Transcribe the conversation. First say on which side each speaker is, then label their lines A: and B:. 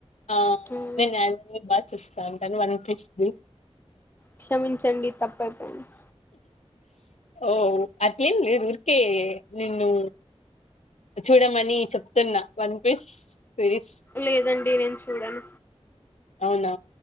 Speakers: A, on the left (about 85°); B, on the left (about 20°).
A: ఆ
B: మ్మ్
A: నేను ఆనీమే బాగా చూస్తాను కానీ వన్ పీస్ది
B: క్షమించండి తప్పైపోయింది
A: ఓ అట్లేం లేదు ఊర్కే నిన్ను చూడమని చెప్తున్నా వన్ పీస్ సిరీస్
B: లేదండి నేను చూడను
A: అవునా